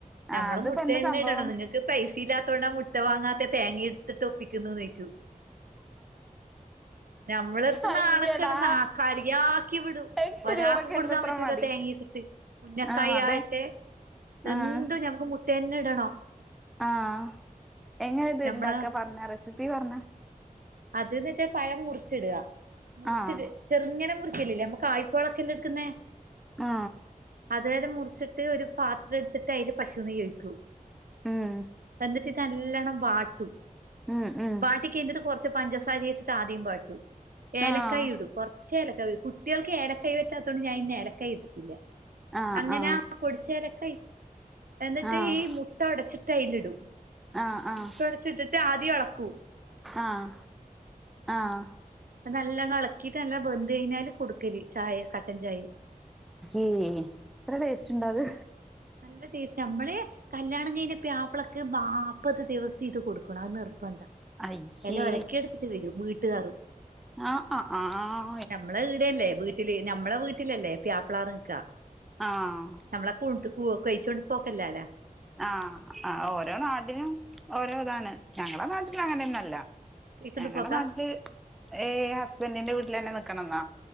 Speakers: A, on the right; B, in the centre.
A: നമ്മള്
B: ആഹ് അതിപ്പോ
A: മുട്ടന്നെ
B: എന്താ സംഭവം
A: ഇടണം നിങ്ങൾക്ക്. പൈസ ഇല്ലതോണ്ട മുട്ട വാങ്ങാത്തെ തേങ്ങ ഇട്ടിട്ട് ഒപ്പിക്കുന്നേന്ന് ചോയിക്കും <unintelligible> നമ്മള്
B: അയ്യടാ
A: നാണക്കെടാ നാക്കാലി ആക്കി വിടും
B: എട്ട്
A: ഒരാക്കും
B: രൂപക്ക്
A: കൊടുക്കാൻ
B: എന്തത്ര
A: പറ്റൂല
B: മടി
A: തേങ്ങയിട്ടിട്ട്. ഉന്നക്കായ്
B: ആഹ്
A: യാട്ടെ
B: അതെ
A: എന്തും
B: ആഹ്
A: ഞമ്മക്ക് മുട്ടന്നെ ഇടണം.
B: ആഹ് എങ്ങനെ ഇത്
A: നമ്മള്
B: ഇണ്ടാക്ക പർഞ്ഞ റെസിപ്പി പർഞ്ഞ
A: അത് ന്ന് വെച്ചാ പഴം മുറിച്ചിട. മുറിച്ചിത്
B: ആഹ്
A: ചെറുങ്ങനെ മുറിക്കലില്ലേ നമ്മൾ കായ്പോളൊക്കെല്ല എടുക്കുന്നേ.
B: ആ
A: അതായത് മുറിച്ചിട്ട് ഒരു പാത്രം എടുത്തിട്ട് അതില് പശുനെയ്യ് ഒഴിക്കും
B: ഉം
A: എന്നിട്ട്. നല്ലോണം വാട്ടും.
B: ഉം ഉം
A: ഒക്കെ ഇട്ടിട്ട് കുറച്ച് പഞ്ചസാരയിട്ടിട്ട് ആദ്യംവാട്ടും. ഏലക്കായി
B: ആഹ്
A: ഇടും കൊർച്ച് ഏലക്കായിടും കുട്ടിയാൾക്ക് ഏലക്കയ് പറ്റാതോണ്ട് ഞാൻ ഇന്ന് ഏലക്കയ് ഇട്ടിട്ട്ല്ല.
B: ആഹ്
A: അങ്ങനെ
B: ആഹ്
A: ആ പൊടിച്ച ഏലക്കായ് എന്നിട്ട്
B: ആഹ്
A: ഈ മു ട്ട ഒടച്ചിട്ട് അയ്ലിടും
B: ആഹ് ആഹ്
A: മുട്ട ഒടച്ച് ഇട്ടിട്ട് ആദ്യം എളക്കും.
B: ആഹ് ആഹ്
A: നല്ലവണ്ണം ഇളക്കിട്ട് നല്ല ബന്ത് കഴിഞ്ഞാല് കൊടുക്കല് ചായ കട്ടൻ ചായ്
B: ഏഹ് ഇത്ര ടേസ്റ്റ് ഉണ്ടോ അത്.
A: നല്ല ടേസ്റ്റാനമ്മള് കല്ല്യാണം കഴിഞ്ഞ പ്ലാപ്പിളക്ക്‌ നാപ്പത് ദിവസം ഇത് കൊടുക്കണം അത് നിർബന്ധ.
B: അയ്യേ
A: എല്ലാ ഒലക്കെ എടുത്തിട്ട് വരും വീട്ടുകാര്.
B: ആഹ് ആ ആഹ് ആ.
A: ഞമ്മളെ വീടെല്ലേ വീട്ടില് ഞമ്മളെ വീട്ടിലല്ലേ പ്യാപ്ളാർ നിക്കാ
B: ആഹ്
A: നമ്മളെ പൂ കൊ കഴിച്ചോണ്ട് പോക്കല്ലാല്ലാ.
B: ആഹ് ആ ഓരോ നാടിനും ഓരോ ഇതാണ് ഞങ്ങളെ നാട്ടില് അങ്ങനെന്നും അല്ല
A: കഴിച്ചോണ്ട്
B: ഞങ്ങടെ
A: പോക്കാ
B: നാട്ടില് ഏഹ് ഹസ്ബൻഡിന്റെ വീട്ടിൽ തന്നെ നിക്കണംന്നാ